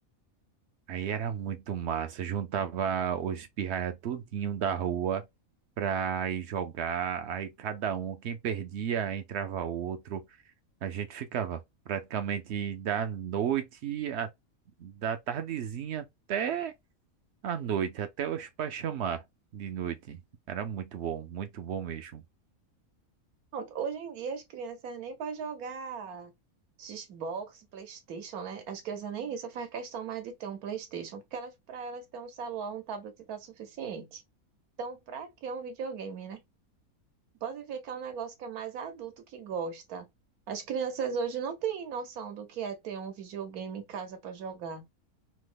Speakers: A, on the right; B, on the right.
A: Aí era muito massa, juntava os pirraia tudinho da rua pra ir jogar, aí cada um, quem perdia, entrava outro. A gente ficava praticamente da noite, a- da tardezinha até a noite, até os pais chamar de noite. Era muito bom, muito bom mesmo.
B: Pronto, hoje em dia as crianças nem para jogar Xbox, PlayStation, né? As crianças nem isso faz questão mais de ter um PlayStation, porque elas para elas ter um celular, um tablet tá suficiente. Então, para que um videogame, né? Pode ver que é um negócio que é mais adulto que gosta. As crianças hoje não têm noção do que é ter um videogame em casa para jogar.